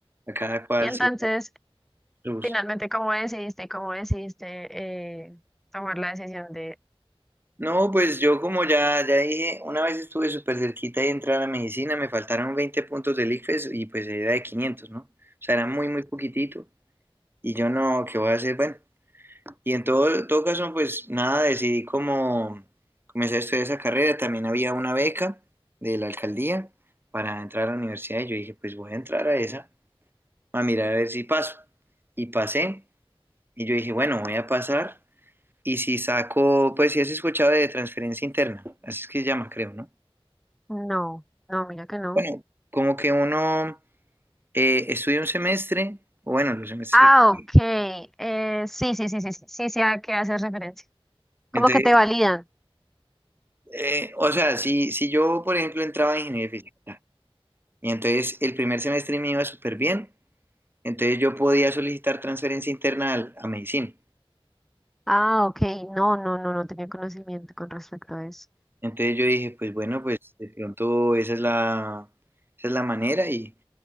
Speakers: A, on the right (about 20°); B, in the centre.
A: a cada cual
B: Y entonces,
A: sí le gusta.
B: finalmente, ¿cómo decidiste? ¿Cómo decidiste eh, tomar la decisión de
A: No, pues yo como ya, ya dije, una vez estuve súper cerquita de entrar a medicina, me faltaron 20 puntos del ICFES y pues era de quinientos ¿no? O sea, era muy, muy poquitito. Y yo no, ¿qué voy a hacer? Bueno, y en todo, todo caso, pues nada, decidí como comenzar a estudiar esa carrera. También había una beca de la alcaldía para entrar a la universidad y yo dije, pues voy a entrar a esa, a mirar a ver si paso. Y pasé y yo dije, bueno, voy a pasar. Y si saco, pues si has escuchado de transferencia interna, así es que se llama, creo, ¿no?
B: no? No, mira que no.
A: Bueno, como que uno eh, estudia un semestre, o bueno, los semestres
B: Ah,
A: que...
B: ok. Eh, sí, sí, sí, sí, sí, sí, sí, a qué haces referencia. ¿Cómo
A: Entonces,
B: que te validan.
A: eh, o sea, si, si yo, por ejemplo, entraba en ingeniería física y entonces el primer semestre me iba súper bien, entonces yo podía solicitar transferencia interna al- a medicina.
B: Ah, ok. No, no, no, no tenía conocimiento con respecto a eso.
A: Entonces yo dije, pues bueno, pues de pronto esa es la, esa es la manera y